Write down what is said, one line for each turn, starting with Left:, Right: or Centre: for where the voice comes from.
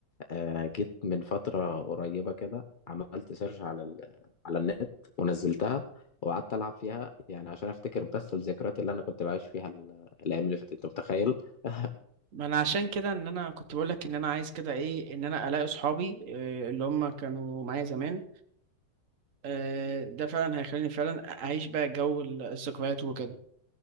Left: آه جيت من فترة قريبة كده عملت سيرش على ال... على النت ونزلتها وقعدت ألعب فيها يعني عشان أفتكر بس الذكريات اللي أنا كنت بعيش فيها ال- الأيام اللي فاتت أنت متخيل <laughs>
Right: ما انا عشان كده ان انا كنت بقول لك ان انا عايز كده ايه ان انا الاقي اصحابي آه، اللي هم كانوا معايا زمان آه، ده فعلا هيخليني فعلا اعيش بقى جو ال- الذكريات وكده